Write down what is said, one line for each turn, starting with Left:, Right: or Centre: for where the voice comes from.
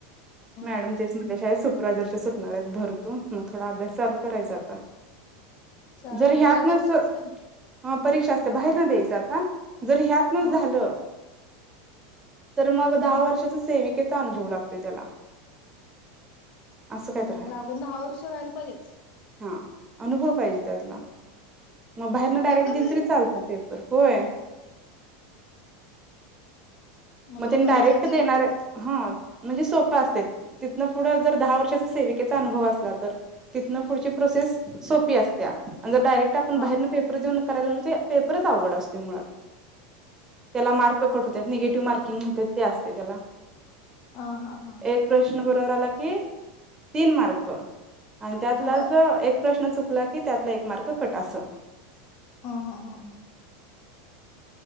Left: हम्म
Right: मॅडम तेच म्हटल्या शाळेत सु सुपरवायजरच्या सुटणारहाइत भर तू, मग थोडा अभ्यास चालू करायचा आता.
Left: चालतय
Right: जर ह्यातनच
Left: त्याला परीक्षा असते
Right: हा परीक्षा आसते, बाहेर न द्यायच. आ? जर ह्यातन
Left: हा
Right: झाल तर मग दहा
Left: हा
Right: वर्षाच सेविक केचा अनुभव लागतोय त्याला. असं
Left: म
Right: काहीतर हाय.
Left: लागून दहा वर्ष व्हायला पाहीजेत?
Right: हां, अनुभव पाहिजे त्यातला. मग बाहेरन डायरेक्ट
Left: एवढं
Right: दिली
Left: पाहिजे
Right: तरी चालतय
Left: मग
Right: पेपर. पर होय. मग
Left: तुला
Right: त्यांनी
Left: परीक्षाच
Right: डायरेक्ट
Left: द्यायला
Right: देणार
Left: लागत्या वाटतं.
Right: हा म्हणजे सो प असतय तिथनं फुड जर दहा वर्षाचा सेविकेचा अनुभव असला तर, तिथन फुडची प्रोसेस सोपी असतिया. जर डायरेक्ट आपण
Left: हा
Right: बाहेरन पेपर देऊन करायला लागलोय ते पेपरच आवघड असतोय मुळात त्याला मार्क कट होत्यात निगेटीव्ह मार्किं कि म्हणतय ते आसतय त्याला
Left: हा हा हा
Right: एक प्रश्न बरोबर आला की तीन मार्क आणि त्यातलाच
Left: बर
Right: एक प्रश्न चुकला की त्यातला एक मार्क कट आस
Left: हा, हा, हा, हा